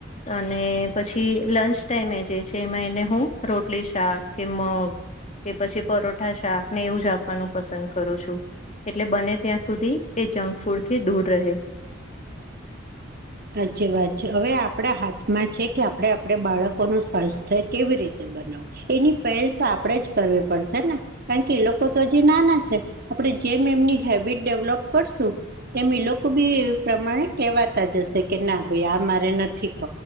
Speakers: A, on the left; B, on the right.
A: અને પછી લંચ ટાઈમે જે છે એમાં એને હું રોટલી શાક કે મગ કે પછી, પરોઠા શાક ને એવું જ આપવાનું પસંદ કરું છું એટલે, બને ત્યાં સુધી એ જંક ફૂડ થી દૂર રહે
B: <inaudible> સાચી વાત છે. હવે આપડા હાથમાં છે, કે આપડ આપડે બાળકો ન સ્વાસ્થ્ય થાય કેવી રીતે. એની પહેલ તો આપણેે જ કરવી પડશે ને કારણ કે એ લોકો તો જે નાના છે, આપ જેમ એમની હેબિટ, ડેવલોપ કરશું એમ લોકો બી એ પ્રમાણે કહેવાતા જશે. કે ના ભાઈ આ મારે નથી કહ